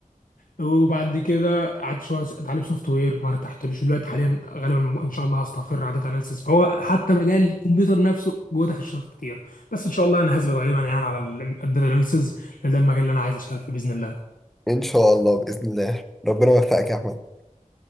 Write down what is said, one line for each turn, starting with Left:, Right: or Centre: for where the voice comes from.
Left: وبعد كده قعدت شويه اتعلم سوفت وير ما ارتحتلوش دلوقتي حاليا غالبا ان شاء الله هستقر على داتا اناليسيس فهو حتى مجال الكمبيوتر نفسه جوه تخصصات كتير بس ان شاء الله انا هثبت غالبا يعني على الداتا اناليسيس لان ده المجال اللي انا عايز اشتغل فيه باذن الله
Centre: ان شاء الله باذن الله ربنا يوفقك يا احمد